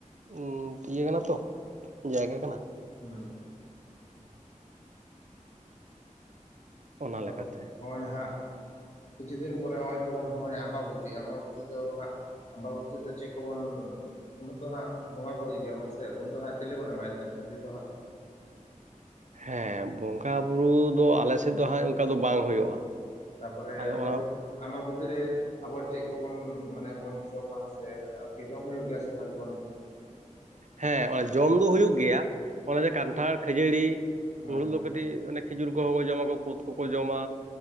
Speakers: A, on the right; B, on the left.
A: ᱦᱩᱸ ᱤᱭᱟᱹ ᱠᱟᱱᱟ ᱛᱚ ᱡᱟᱭᱜᱟ ᱠᱟᱱᱟ
B: ᱦᱩᱸ
A: ᱚᱱᱟ
B: ᱛᱟᱯᱚᱨᱮ
A: ᱞᱮᱠᱟᱛᱮ
B: ᱦᱚᱜᱚᱭ ᱦᱟᱜ ᱠᱤᱪᱷᱩ ᱫᱤᱱ ᱯᱚᱨᱮ ᱱᱚᱜᱼᱚᱭ ᱛᱟᱵᱚᱱ ᱱᱚᱜᱼᱚᱭ ᱟᱢᱵᱟᱵᱚᱛᱤ ᱟᱢᱵᱟᱵᱚᱛᱤ ᱫᱚ ᱦᱟᱸᱜ ᱟᱵᱟᱵᱚᱛᱤ ᱫᱚ ᱪᱮᱫ ᱠᱚᱵᱚᱱ ᱩᱱ ᱦᱚᱛᱚ ᱦᱟᱸᱜ ᱵᱚᱸᱜᱟ ᱵᱳᱩᱨᱩᱭ ᱜᱮᱭᱟᱵᱚᱱ ᱥᱮ ᱩᱱᱫᱚ ᱦᱟᱸᱜ ᱪᱮᱞᱮ ᱵᱚᱱ ᱮᱢᱟᱭ ᱛᱮ ᱯᱩᱡᱟᱹ ᱫᱚ ᱦᱟᱸᱜ?
A: ᱦᱮᱸ ᱵᱚᱸᱜᱟ ᱵᱩᱨᱩ ᱫᱚ ᱟᱞᱮᱥᱮᱫ ᱫᱚ ᱦᱟᱸᱜ ᱚᱱᱠᱟ ᱫᱚ ᱵᱟᱝ ᱦᱩᱭᱩᱜᱼᱟ
B: ᱛᱟᱯᱚᱨᱮ
A: ᱟᱫᱚ
B: ᱟᱢᱵᱟᱵᱚᱛ
A: ᱚᱱᱟ
B: ᱟᱢᱵᱟᱵᱚᱛᱤ ᱨᱮ ᱟᱵᱚ ᱪᱮᱫ ᱠᱚᱵᱚᱱ ᱢᱟᱱᱮ ᱵᱚᱱ ᱡᱚᱢᱟ ᱥᱮ ᱡᱚᱢ ᱦᱳ ᱜᱮᱭᱟ ᱥᱮ ᱵᱷᱟᱜᱤ ᱢᱚᱱᱫᱚ
A: ᱦᱮᱸ ᱚᱱᱟ ᱡᱚᱢ ᱫᱚ ᱦᱩᱭᱩᱜ ᱜᱮᱭᱟ ᱚᱱᱮ ᱡᱮ ᱠᱟᱱᱴᱷᱟᱲ ᱠᱷᱟᱹᱡᱟᱹᱲᱤ
B: ᱦᱮᱸ
A: ᱩᱱ ᱦᱤᱞᱳᱜ
B: ᱦᱮᱸ
A: ᱫᱚ ᱠᱟᱹᱴᱤᱡ ᱠᱟᱹᱴᱤᱡ ᱚᱱᱮ ᱠᱷᱤᱡᱩᱨ ᱠᱚᱦᱚᱸ ᱠᱚ ᱡᱚᱢᱟ ᱠᱚ ᱠᱩᱫ ᱠᱚᱠᱚ ᱡᱚᱢᱟ